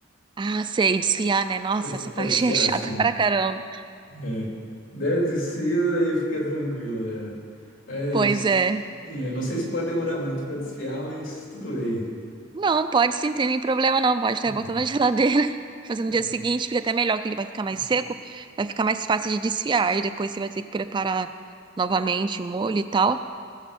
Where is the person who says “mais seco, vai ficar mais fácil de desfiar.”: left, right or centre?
Right